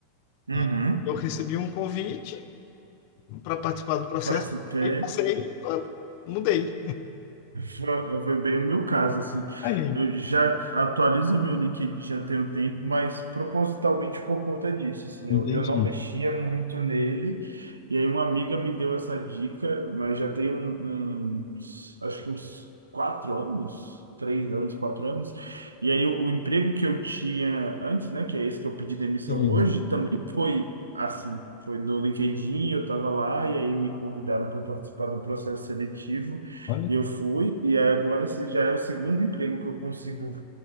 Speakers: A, on the right (about 75°); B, on the left (about 45°).
A: Uhum.
B: E eu recebi um convite para participar do processo.
A: Participei.
B: E passei, e tô- mudei.
A: Foi foi bem o meu caso, assim.
B: Aí,
A: Eu já atualizo meu LinkedIn já tem um tempo, mas propositalmente por conta disso, assim,
B: entendi.
A: eu, eu não mexia muito nele. E aí uma amiga me deu essa dica, mas já tem um, um- acho que uns quatro anos, três anos, quatro anos. E aí o, o emprego que eu tinha antes, né, que é esse que eu pedi demissão
B: Sim,
A: hoje, também foi assim, foi no LinkedIn, eu estava lá e aí me convidaram para participar do processo seletivo.
B: olha,
A: E eu fui, e aí agora esse já é o segundo emprego que eu consigo